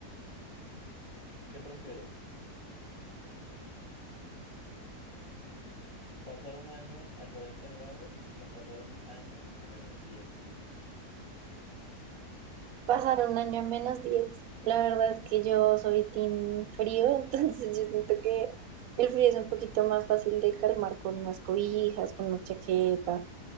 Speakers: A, on the left; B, on the right.
A: ¿qué prefiero? ¿Pasar un año a 40 grados o pasar un año a menos diez
B: Pasar un año a menos diez, La verdad es que yo soy team frío, <laughs> entonces yo siento que el frío es un poquito más fácil de calmar con unas cobijas, con unas chaquetas. En